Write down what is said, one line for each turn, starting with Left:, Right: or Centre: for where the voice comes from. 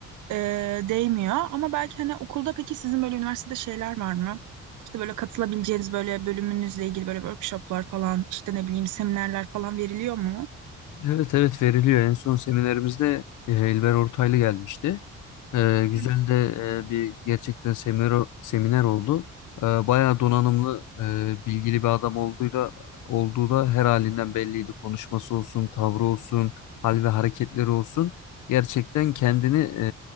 Right: e, değmiyor. Ama belki hani okulda peki sizin böyle üniversitede şeyler var mı? İşte böyle katılabileceğiniz böyle bölümünüzle ilgili böyle workshoplar falan işte ne bileyim seminerler falan veriliyor mu?
Left: Evet evet veriliyor. En son seminerimizde e, Elber Ortaylı gelmişti. E, güzel
Right: <laughs> Hı.
Left: de e, bir gerçekten seminer, seminer oldu. E, bayağı donanımlı, e, bilgili bir adam olduğuyla olduğu da her halinden belliydi. Konuşması olsun, tavrı olsun, hal ve hareketleri olsun. Gerçekten kendini e,